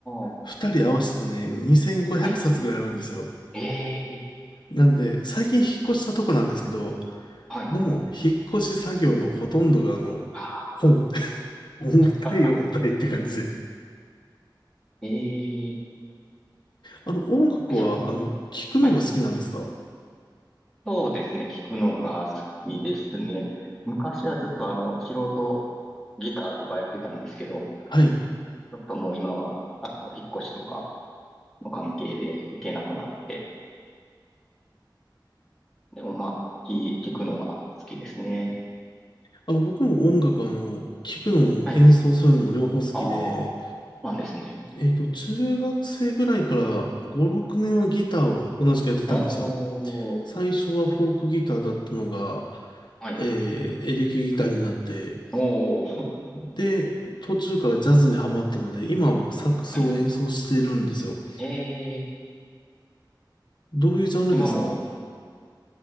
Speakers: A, in the centre; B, on the left.
A: あ、
B: 二人合わせてね、2500冊ぐらいあるんですよ。
A: はい。ええ、
B: なんで、最近引っ越したとこなんですけど、
A: はい。
B: もう引っ越し作業のほとんどがあの、
A: あ
B: 本。<laughs> 重たい重たいって感じで。
A: あ、<laughs> ええ、
B: あの、音楽は、
A: その、
B: あの、聞くのが好きなんですか
A: はい。そうですね。聞くのが好きですね。昔はちょっとあの、素人ギターとかやってたんですけど、
B: はい。
A: ちょっともう今は、あの、引っ越しとかの関係で行けなくなって、でもまあ、い行くのは好きですね。
B: あの、僕も音楽、あの、聞くのも演奏するのも両方好きで、
A: はい。ああ、なんですね。
B: えっと、中学生ぐらいから5、6年はギターを同じくやってたんですよ。
A: おー、
B: 最初はフォークギターだったのが、
A: はい。
B: えー、エレキギターになって、
A: おー、
B: で、途中からジャズにハマったので、今は僕サックスを演奏してるんですよ。
A: <laughs> はい。えー、
B: どういうジャンルですか
A: 今も、